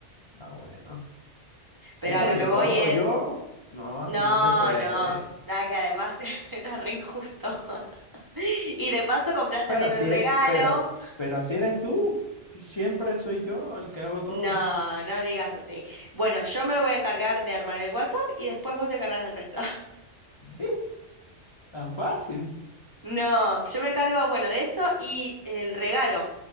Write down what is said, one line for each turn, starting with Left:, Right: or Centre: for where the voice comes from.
Left: bueno. Sí,
Right: Pero
Left: porque
Right: a lo que voy
Left: todo
Right: es,
Left: yo, no, así
Right: no,
Left: no se puede.
Right: no, da que además <laughs> era re injusto. <laughs> Y de paso compras también
Left: Pero así
Right: el regalo.
Left: es, pero, pero así eres tú. Siempre soy yo el que hago todo.
Right: No, no digas así. Bueno, yo me voy a encargar de armar el WhatsApp y después vos te encargas del resto.
Left: ¿Ves? Tan fácil.
Right: No, yo me encargo, bueno, de eso y el regalo